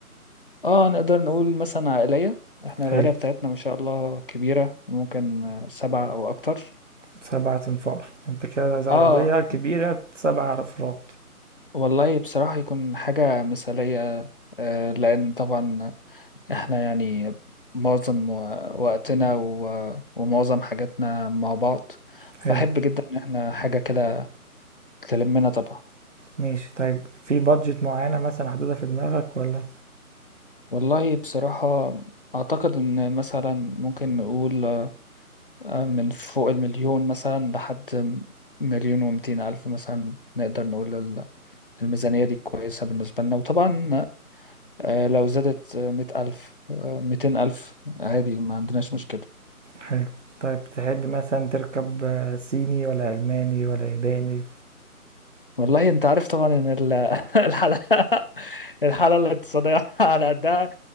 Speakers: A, on the left; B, on the right.
A: اه نقدر نقول مثلا عائلية احنا
B: حلو
A: العيلة بتاعتنا ما شاء الله كبيرة ممكن آه، سبعة او اكتر
B: سبعة انفار انت كده عايز عربية
A: اه
B: كبيرة سبع افراد
A: والله بصراحة يكون حاجة مثالية آه، لان طبعا احنا يعني معظم و- وقتنا و- ومعظم حاجاتنا مع بعض فأحب
B: حلو
A: جدا ان احنا حاجة كده تلمنا طبعا
B: ماشي طيب في بادجت معينة مثلا حدودها في دماغك ولا
A: والله بصراحة أعتقد إن مثلا ممكن نقول آه، من فوق المليون مثلا لحد مليون ومتين ألف مثلا نقدر نقول ال- الميزانية دي كويسة بالنسبة لنا وطبعا آه، لو زادت مية ألف آه، ميتين ألف عادي ما عندناش مشكلة
B: حلو طيب تحب مثلا تركب آه، صيني ولا ألماني ولا ياباني
A: والله أنت عارف طبعا إن ال- <laughs> الحالة الحالة الاقتصادية <laughs> على قدها